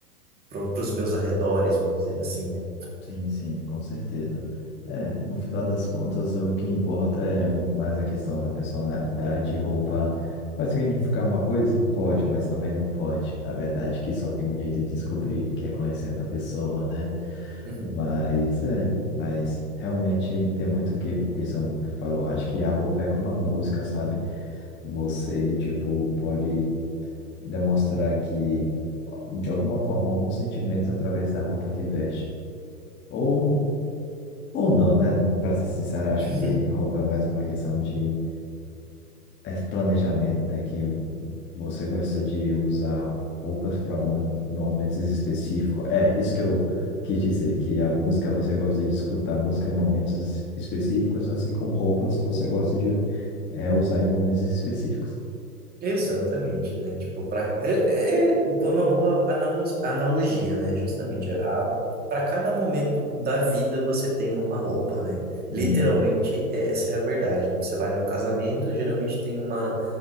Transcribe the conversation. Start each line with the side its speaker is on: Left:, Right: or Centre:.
Right: para os meus arredores, vamos dizer assim, né?
Left: Sim, sim, com certeza. É, no final das contas, o que importa é mais a questão da personalidade. Roupa vai significar uma coisa? Pode, mas também não pode. A verdade é que só tem um jeito de descobrir, que é conhecendo a pessoa, né?
Right: Uhum.
Left: Mas é, mas realmente tem muito que que são que falou. Acho que a roupa é como a música, sabe? Você, tipo, pode demonstrar que, de alguma forma, algum sentimento através da roupa que veste. Ou, ou não, né? Para ser sincero, acho
Right: <laughs>
Left: que roupa é mais uma questão de é planejamento, né? Que você gosta de usar roupas para momentos específicos. É isso que eu quis dizer, que a música você gosta de escutar música em momentos específicos, assim como roupas você gosta de é, usar em momentos específicos.
Right: Exatamente, né? Tipo, pra, é, é é uma boa analo- analogia, né? Justamente, a, para cada momento da vida você tem uma roupa, né?
Left: Uhum.
Right: Literalmente, é- essa é a verdade, né? Você vai num casamento, geralmente tem uma